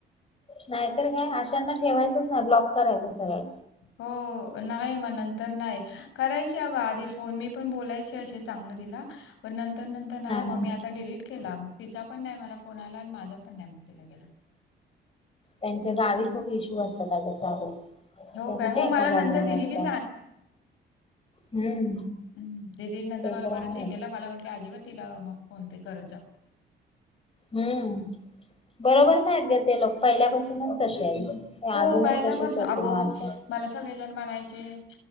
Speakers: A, on the left; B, on the left.
A: नाहीतर काय अशांना ठेवायचंच नाही ब्लॉक करायचं सगळं
B: हो नाही म नंतर नाही करायची अगं आधी फोन मी पण बोलायचे असे चांगलं तिला पण नंतर तर नंतर नाही मग
A: हा
B: मी आता डिलीट केला मग तिचा पण नाही मला फोन आला आणि माझा पण नाही मग तिला गेला
A: थँक गावी खूप इशू असतात अग चालू
B: हो
A: त्या
B: काय?
A: कुठे
B: हो
A: एका
B: मला
A: जागेवर
B: नंतर दिदीने
A: असतात. हम्म
B: हम् दिदी नंतर
A: ते
B: मला
A: तर
B: बरतच
A: आहे
B: हे केला मला म्हटलं अजिबात तिला मग फोन ते करत जाऊ
A: हम्म बरोबर! नाही ग ते लोक पहिल्यापासूनच तसे आहेत. ते
B: हो
A: अजूनही
B: पहिल्या
A: तसेच
B: पाासून
A: आहेत
B: अगो
A: ते माणसं
B: मला सगळेजण म्हणायचे